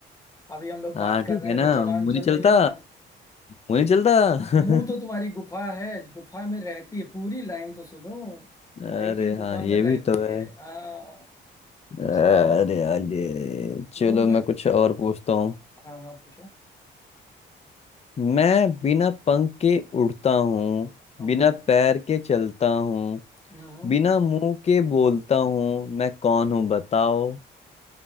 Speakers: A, on the left; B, on the left.
A: अभी हम लोग बात
B: हाँ ठीक
A: कर रहे
B: है
A: हैं
B: ना
A: तो जबान
B: मुझे
A: चल
B: नहीं चलता
A: रही है ना
B: मुझे नहीं चलता
A: मुंह तो तुम्हारी गुफा है गुफा में रहती है पूरी लाइन तो सुनो
B: <laughs> अरे
A: लेकिन गुफा
B: हाँ ये
A: में रहती
B: भी तो है
A: है हाँ
B: अरे
A: जबान
B: यार ये चलो
A: लोग
B: मैं कुछ और पूछता हूँ
A: हाँ हाँ पूछो
B: मैं बिना पंख के उड़ता हूँ
A: हम
B: बिना पैर के चलता हूँ
A: हम्म,
B: बिना मुंह के बोलता हूँ मैं कौन हूँ बताओ